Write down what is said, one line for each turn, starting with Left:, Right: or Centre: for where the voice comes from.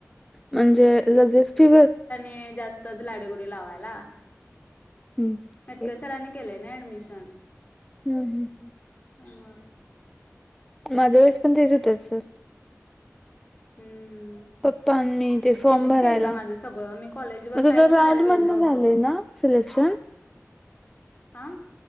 Centre: म्हणजे लगेच फि
Left: ते जास्तच लाडीगोडी लावायला.
Centre: हम्म ठीक
Left: कशा केलय ना ऍडमिशन.
Centre: हम् हम् हम्‌.
Left: हा हा.
Centre: माझ्या वेळेस पण तेच होतीत सर.
Left: हम्म.
Centre: पप्पा मी ते फॉर्म
Left: त्यांनीच
Centre: भरायला.
Left: केलत माझं सगळं मी कॉलेज वर
Centre: मग
Left: काहीच
Centre: तुज
Left: करायला
Centre: राऊंडमधनं
Left: गेलो नव्हतो
Centre: झाले ना. सिलेक्शन.
Left: आ.